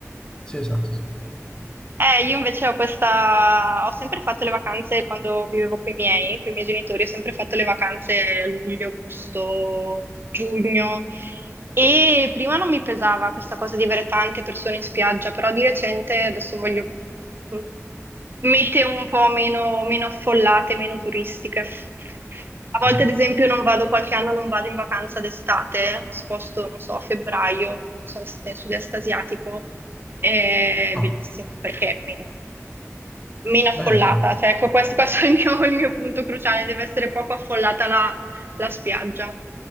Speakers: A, on the left; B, on the right.
A: sì, esatto, sì.
B: Eh, io invece ho questa, ho sempre fatto le vacanze quando vivevo con i miei, con i miei genitori, ho sempre fatto le vacanze a luglio, agosto, giugno e prima non mi pesava questa cosa di avere tante persone in spiaggia, però di recente adesso voglio mm, meteo un po' meno, meno affollate, meno turistiche.
A: Ok.
B: A volte, ad esempio, non vado, qualche anno non vado in vacanza d'estate, sposto, non so, a febbraio, sono stata in sud-est asiatico è
A: Ah,
B: bellissimo perché meno, meno affollata,
A: bene, bene,
B: cioè ecco, questo, questo è il mio, il mio punto cruciale, deve essere poco affollata la, la spiaggia,